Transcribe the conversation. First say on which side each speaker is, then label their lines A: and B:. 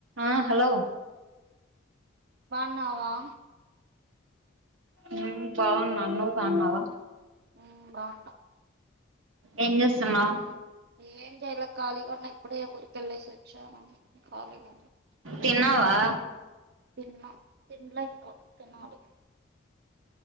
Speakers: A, on the right; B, on the right.
A: ఆ హలో
B: బన్నావా
A: ఉమ్ బాగున్నా నువ్వు బన్నావా
B: ఉమ్ బాగున్న
A: ఏం చేస్తున్నావ్
B: ఏం జేయల ఖాళీగా ఉన్నా ఇప్పుడే ఊరికి ఎళ్ళేసొచ్ చాను ఖాళీగా ఉన్న
A: తిన్నావా
B: తిన్న తిన్లా ఇంకా తినాలి